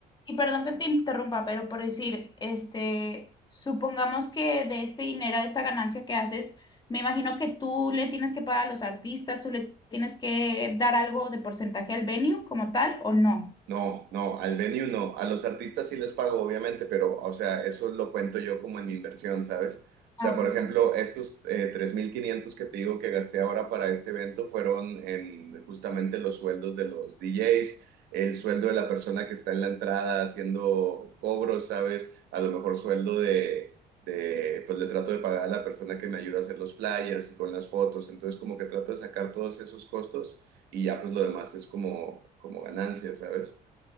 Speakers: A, on the left (about 25°); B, on the right (about 70°).
A: Y perdón que te interrumpa, pero por decir, este, supongamos que de este dinero, de esta ganancia que haces, me imagino que tú le tienes que pagar a los artistas, tú le tienes que dar algo de porcentaje al venue como tal, ¿o no?
B: No, no, al venue no. A los artistas sí les pago, obviamente, pero, o sea, eso lo cuento yo como en mi inversión, ¿sabes? O
A: Ah,
B: sea,
A: ok,
B: por ejemplo, estos eh, 3.500 que te digo que gasté ahora para este evento fueron en justamente los sueldos de los DJs, el sueldo de la persona que está en la entrada haciendo cobros, ¿sabes? A lo mejor sueldo de, de, pues le trato de pagar a la persona que me ayuda a hacer los flyers y con las fotos. Entonces, como que trato de sacar todos esos costos y ya pues lo demás es como, como ganancia, ¿sabes?